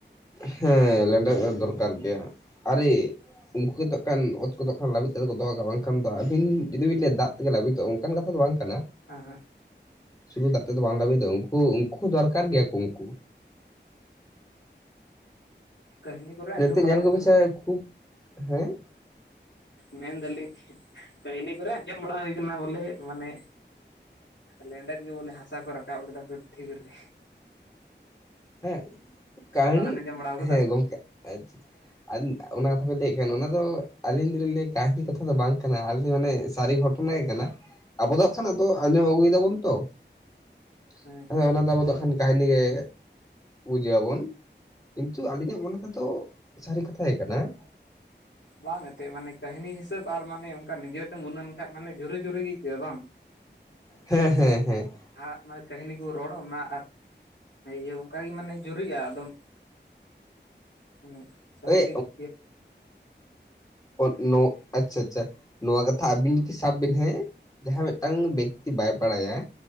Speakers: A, on the left; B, on the left.
A: ᱦᱮᱸ ᱞᱮᱸᱰᱮᱫ ᱫᱚ ᱫᱚᱨᱠᱟᱨ ᱜᱮᱭᱟ ᱾ ᱟᱨᱮᱼᱼ ᱩᱱᱠᱩ ᱜᱮᱛᱚ ᱠᱷᱟᱱ ᱚᱛ ᱠᱚᱫᱚ ᱠᱷᱟᱱ ᱞᱟᱹᱵᱤᱫ ᱠᱟᱛᱮ ᱠᱚ ᱫᱚᱦᱚ ᱠᱟᱜᱼᱟ ᱾ ᱵᱟᱝᱠᱷᱟᱱ ᱫᱚ ᱟᱹᱵᱤᱱ ᱡᱩᱫᱤᱵᱤᱱ ᱞᱟᱹᱭᱼᱟ ᱫᱟᱜ ᱛᱮᱜᱮ ᱞᱟᱹᱵᱤᱫᱚᱜᱼᱟ, ᱚᱱᱠᱟᱱ ᱠᱟᱛᱷᱟ ᱫᱚ ᱵᱟᱝ ᱠᱟᱱᱟ ᱾
B: ᱮᱸᱦᱮᱜᱼᱼ
A: ᱥᱩᱫᱷᱩ ᱠᱟᱛᱮ ᱫᱚ ᱵᱟᱝ ᱞᱟᱹᱵᱤᱫ ᱫᱚᱝᱼᱟ ᱾ ᱩᱱᱠᱩ, ᱩᱱᱠᱩ ᱫᱚᱨᱠᱟᱨ ᱜᱮᱭᱟ ᱠᱚ ᱩᱱᱠᱩ᱾
B: ᱠᱟᱹᱦᱱᱤ ᱠᱚᱨᱮ
A: ᱱᱤᱛᱚᱜ
B: ᱟᱸᱡᱚᱢ ᱵᱟᱲᱟ
A: ᱧᱮᱞ
B: ᱦᱩᱭ
A: ᱠᱚᱵᱤᱱ
B: ᱠᱟᱱᱟ
A: ᱥᱮ, ᱠᱷᱩᱵ ᱦᱮᱸᱼᱼ
B: ᱢᱮᱱ ᱫᱟᱞᱤᱧᱼᱼ ᱠᱟᱹᱦᱱᱤ ᱠᱚᱨᱮ ᱟᱸᱡᱚᱢ ᱵᱟᱲᱟ ᱦᱩᱭ ᱠᱟᱱᱟ ᱾ᱵᱚᱞᱮ ᱢᱟᱱᱮᱼᱼ ᱞᱮᱸᱰᱮᱫ ᱜᱮ ᱵᱚᱞᱮ ᱦᱟᱥᱟ ᱠᱚ ᱨᱟᱠᱟᱵ ᱞᱮᱫᱟ ᱯᱨᱤᱛᱷᱤᱵᱤ ᱨᱮ ᱾
A: ᱦᱮᱸ ᱠᱟᱹᱦᱱᱤ
B: ᱵᱟᱵᱮᱱ ᱟᱸᱡᱚᱢ ᱵᱟᱲᱟ ᱟᱠᱟᱫᱟ
A: ᱦᱮᱸ ᱜᱚᱝᱠᱮ ᱟᱪᱪᱷᱟ ᱾ ᱟᱹᱞᱤᱧ ᱚᱱᱟ ᱠᱟᱛᱷᱟ ᱵᱤᱱ ᱞᱟᱹᱭᱮᱫ ᱠᱷᱟᱱ ᱾ ᱚᱱᱟᱫᱚ ᱟᱹᱞᱤᱧ ᱫᱚᱞᱤᱧ ᱞᱟᱹᱭᱮᱫ, ᱠᱟᱹᱦᱱᱤ ᱠᱟᱛᱷᱟ ᱫᱚ ᱵᱟᱝ ᱠᱟᱱᱟ ᱾ ᱟᱹᱞᱤᱧ ᱢᱟᱱᱮ ᱥᱟᱹᱨᱤ ᱜᱷᱚᱴᱚᱱᱟ ᱜᱮ ᱠᱟᱱᱟ ᱾ᱟᱵᱚ ᱫᱚ ᱦᱟᱜ ᱠᱷᱟᱱ ᱟᱸᱡᱚᱢ ᱟᱹᱜᱩᱭ ᱫᱟᱵᱚᱱ ᱛᱚ ᱾
B: ᱦᱮᱸ
A: ᱟᱫᱚ
B: ᱦᱮᱸ
A: ᱚᱱᱟ ᱟᱵᱚ ᱫᱚ ᱱᱟᱜ ᱠᱷᱟᱱ ᱠᱟᱹᱦᱱᱤ ᱜᱮ ᱾ ᱵᱩᱡ ᱮᱫ ᱟᱵᱚᱱ ᱾ ᱠᱤᱱᱛᱩ ᱟᱞᱤᱧᱟᱜ ᱢᱚᱱᱮ ᱛᱮᱫᱚ ᱥᱟᱹᱨᱤ ᱠᱟᱛᱷᱟ ᱜᱮ ᱠᱟᱱᱟ ᱾
B: ᱵᱟᱝ ᱮᱱᱛᱮᱫ ᱢᱟᱱᱮ ᱠᱟᱹᱦᱱᱤ ᱦᱤᱥᱟᱹᱵᱽ ᱟᱨ ᱢᱟᱱᱮ ᱚᱱᱠᱟ ᱱᱤᱡᱮᱛᱮᱢ ᱵᱩᱱᱟᱹᱱ ᱞᱮᱱᱠᱷᱟᱱ ᱮᱱᱛᱮᱫ ᱡᱳᱨᱮ ᱡᱳᱨᱮ ᱜᱮ ᱟᱹᱭᱠᱟᱹᱜᱼᱟ ᱵᱟᱝ?
A: ᱦᱮᱸ ᱦᱮᱸ ᱦᱮᱸ ᱼᱼ
B: ᱟᱜ ᱢᱟᱱᱮ ᱠᱟᱹᱦᱱᱤ ᱠᱚ ᱨᱚᱲ ᱚᱱᱟ ᱟᱨ ᱤᱭᱟᱹ ᱚᱱᱠᱟᱜᱮ ᱢᱟᱱᱮ ᱡᱩᱨᱤᱜᱼᱟ ᱾ ᱟᱫᱚᱢ ᱢᱟᱱᱮᱼᱼ ᱥᱟᱨᱤ
A: ᱳᱭ
B: <inaudible> ᱼᱼ
A: ᱚ ᱱᱳ ᱟᱪᱪᱷᱟ ᱟᱪᱪᱷᱟ ᱾ ᱱᱚᱣᱟ ᱠᱟᱛᱷᱟ ᱟᱵᱤᱱ ᱡᱩᱫᱤ ᱥᱟᱵ ᱵᱤᱱ ᱦᱮᱸ ᱾ ᱡᱟᱦᱟᱸ ᱢᱤᱫᱴᱟᱝ ᱵᱮᱠᱛᱤ ᱵᱟᱭ ᱵᱟᱲᱟᱭᱟ